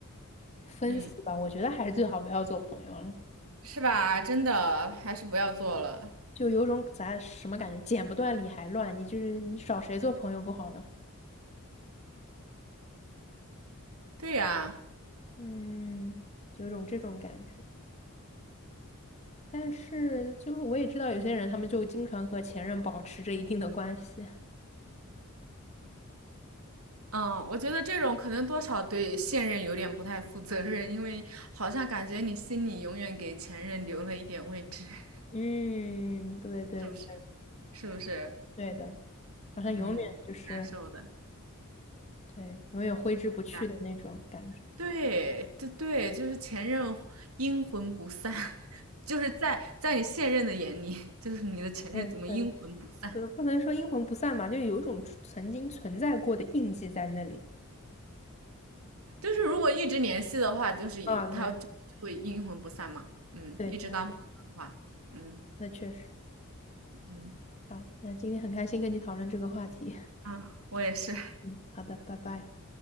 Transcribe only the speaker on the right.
<laughs> 嗯，
是吧？真的，还是不要做了。
对呀。
嗯，我觉得这种可能多少对现任有点不太负责任，因为好像感觉你心里永远给前任留了一点位置，<laughs>
是不是？是不是？
嗯，挺难受的。
这样对，对对，就是前任阴魂不散，<laughs> 就是在在你现任的眼里，<laughs> 就是你的前任怎么阴魂不散？
就是如果一直联系的话，就是也他就就会阴魂不散嘛。
嗯，
一直当朋友的话，
嗯
嗯
嗯，啊我也是，